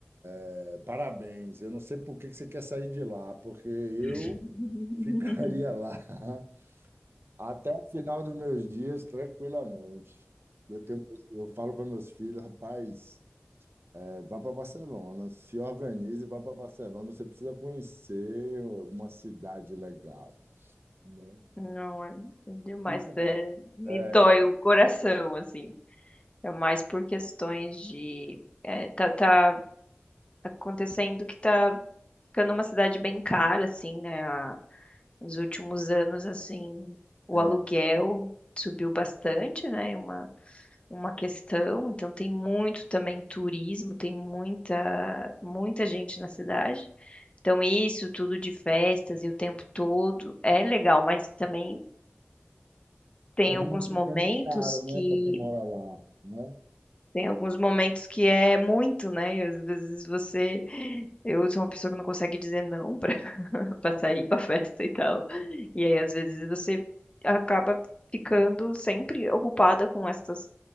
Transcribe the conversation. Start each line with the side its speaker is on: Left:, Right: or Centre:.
Right: É, parabéns. Eu não sei por que que você quer sair de lá, porque eu
Left: <laughs>
Right: ficaria lá <laughs> Até o final dos meus dias, tranquilamente. Eu tenho, eu falo para meus filhos, rapaz, é, vá para Barcelona, se organize, e vá para Barcelona. Você precisa conhecer uma cidade legal, né?
Left: Não, é é demais.
Right: E pra
Left: é-
Right: co-
Left: me
Right: é,
Left: dói o coração, assim. É mais por questões de. é, tá, tá acontecendo que tá ficando uma cidade bem cara, assim, né? A- nos últimos anos, assim, o
Right: é,
Left: aluguel subiu bastante, né? uma questão, então tem muito também turismo, tem muita muita gente na cidade. Então isso tudo de festas e o tempo todo é legal, mas também tem
Right: termina
Left: alguns
Right: ficando
Left: momentos
Right: caro, né,
Left: que
Right: para quem mora lá, né?
Left: tem alguns momentos que é muito, né? E às vezes você, eu sou uma pessoa que não consegue dizer não para sair para <laughs> festa e tal. E aí, às vezes, você acaba ficando sempre ocupada com essas,